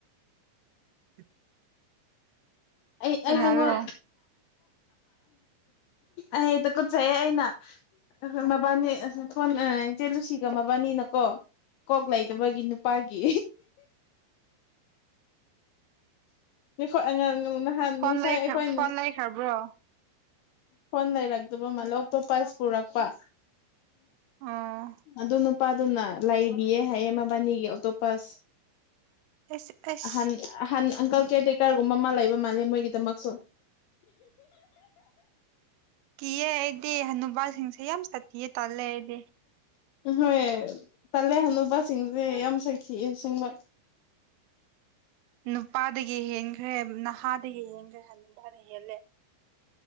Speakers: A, on the right (about 85°); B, on the left (about 80°).
A: <unintelligible>
B: ꯑꯩ
A: ꯀꯅꯥꯔꯣ
B: ꯅꯪꯉꯣꯟ ꯑꯩꯗ ꯀꯨꯠꯆꯩꯑꯦ ꯑꯩꯅ ꯃꯕꯥꯅꯤ ꯏꯆꯦ ꯂꯨꯁꯤꯒ ꯃꯕꯥꯅꯤꯅꯀꯣ ꯀꯣꯛ ꯂꯩꯗꯕꯒꯤ ꯅꯨꯄꯥꯒꯤ <unintelligible>
A: ꯐꯣꯟ
B: ꯉꯁꯥꯏ
A: ꯃꯦꯠ
B: ꯑꯩꯈꯣꯏꯅ
A: ꯐꯣꯟ ꯃꯦꯠꯈ꯭ꯔꯕꯣ
B: ꯐꯣꯟ ꯂꯩꯔꯛꯇꯕ ꯃꯥꯜꯂꯦ ꯑꯣꯛꯇꯣꯞꯄꯁ ꯄꯨꯔꯛꯄ
A: ꯑꯣ
B: ꯑꯗꯨ ꯅꯄꯥꯗꯨꯅ ꯂꯩ ꯕꯤ ꯑꯦ ꯍꯥꯏꯌꯦ ꯃꯥꯕꯟꯅꯤꯒꯤ ꯑꯣꯛꯇꯣꯞꯄꯁ
A: ꯑꯁ ꯑꯁ
B: ꯑꯍꯟ ꯑꯍꯟ ꯍꯅ ꯑꯪꯀꯜ ꯀꯩꯌꯔ ꯇꯦꯀꯔꯒꯨꯝꯕ ꯑꯃ ꯂꯩꯕ ꯃꯥꯜꯂꯦ ꯃꯣꯏꯒꯤꯗꯃꯛꯁꯨ
A: ꯀꯤꯌꯦ ꯑꯩꯗꯤ ꯍꯅꯨꯕꯥꯁꯤꯡꯁꯦ ꯌꯥꯝ ꯁꯥꯊꯤꯌꯦ ꯇꯜꯂꯦ ꯑꯩꯗꯤ
B: ꯍꯣꯏ ꯇꯜꯂꯦ ꯍꯅꯨꯕꯁꯤꯡꯁꯦ ꯌꯥꯝ ꯁꯥꯊꯤ ꯑꯁꯦꯡꯕ
A: ꯅꯨꯄꯥꯗꯒꯤ ꯍꯦꯟꯈ꯭ꯔꯦ ꯅꯍꯥꯗꯒꯤ ꯍꯦꯟꯈ꯭ꯔꯦ ꯍꯟꯅꯨꯕꯅ ꯍꯦꯜꯂꯦ